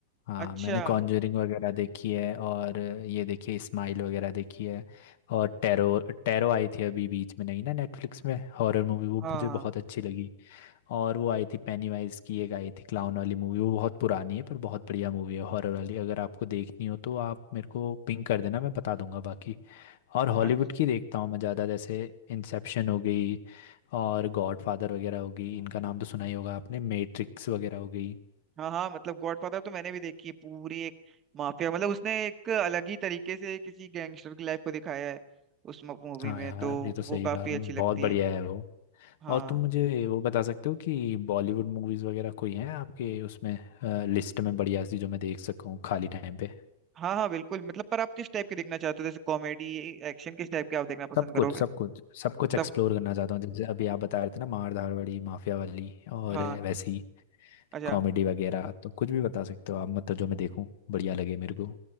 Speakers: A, on the left; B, on the right.
A: हाँ
B: अच्छा
A: मैंने कॉन्ज्यूरिंग वगैरह देखी है और ये देखिए स्माइल वगैरह देखी है और टेरो टेरो आई थी अभी बीच में नहीं ना नेटफ्लिक्स में हॉरर मूवी वो
B: हाँ
A: मुझे
B: हाँ
A: बहुत अच्छी लगी और वो आई थी पेनीवाइज की एक आई थी क्लाउन वाली मूवी वो बहुत पुरानी है पर बहुत बढ़िया मूवी है हॉरर वाली अगर आपको देखनी हो तो आप मेरे को पिंग कर देना मैं बता दूंगा बाकी और हॉलीवुड
B: अच्छा
A: की देखता हूँ मैं ज़्यादा जैसे इंसेप्शन हो गई और गॉडफादर वगैरह हो गई इनका नाम तो सुना ही होगा आपने मैट्रिक्स वगैरह हो गई
B: हाँ हाँ मतलब गॉडफादर तो मैंने भी देखी है पूरी एक माफिया मतलब उसने एक अलग ही तरीके से किसी गैंगस्टर की लाइफ को दिखाया है उस मूवी
A: हाँ
B: में
A: यार
B: तो
A: ये तो सही
B: वो काफी
A: कहा तुमने
B: अच्छी लगती
A: बहुत बढ़िया
B: है
A: है वो
B: हाँ
A: और तुम मुझे वो बता सकते हो कि बॉलीवुड मूवीज वगैरह कोई हैं आपके उसमें लिस्ट में बढ़िया सी जो मैं देख सकूँ खाली टाइम पे
B: हाँ हाँ बिल्कुल मतलब पर आप किस टाइप के देखना चाहते हो जैसे कॉमेडी एक्शन किस टाइप के आप देखना पसंद
A: सब
B: करोगे
A: कुछ सब कुछ सब कुछ एक्सप्लोर
B: सब
A: करना चाहता हूँ जैसे अभी आप बता रहे थे ना मार धाड़ माफिया वाली और
B: हाँ
A: वैसी
B: अच्छा
A: कॉमेडी वगैरह तो कुछ भी बता सकते हो आप मतलब जो मैं देखूं बढ़िया लगे मेरे को